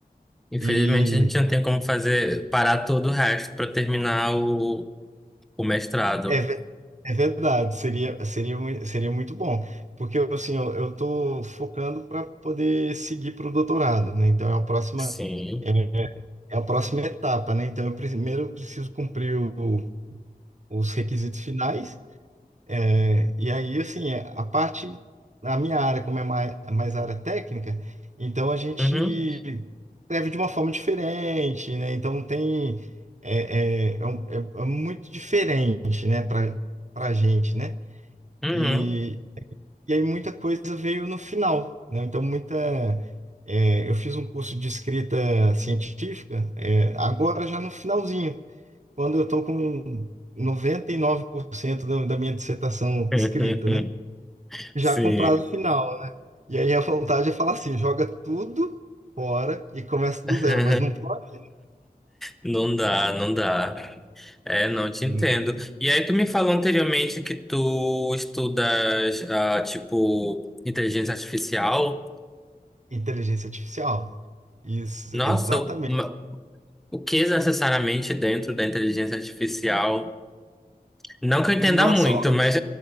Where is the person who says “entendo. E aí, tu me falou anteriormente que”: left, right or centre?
Centre